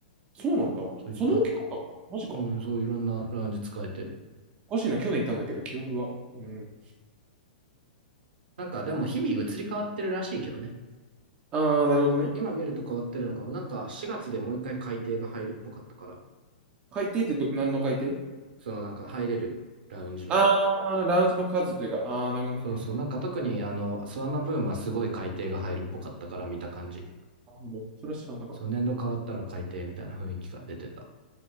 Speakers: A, on the right; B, on the right.
A: そうなんだ。
B: そう、いっぱいあった。
A: そんな大きかったのマジか。
B: うん、そう、いろんなラウンジ使えて。
A: おかしいな、去年行ったんだけど、記憶が。うん。
B: なんか、でも日々移り変わってるらしいけどね。
A: ああ、なるほどね。
B: 今見ると変わってるのかも。なんか、4月でもう一回改定が入るっぽかったから。
A: 海底ってど、何の海底
B: そのなんか、入れるラウンジの。
A: ああー、ラウンジの数というか、ああ、なるほどね。
B: そうそう。
A: はいはいはい。
B: なんか特に、あの、スワンナブームはすごい改定が入るっぽかったから見た感じ。
A: あなるほど。それは知らなかっ
B: そう、年度変わったら改定みたいな雰囲気が出てた。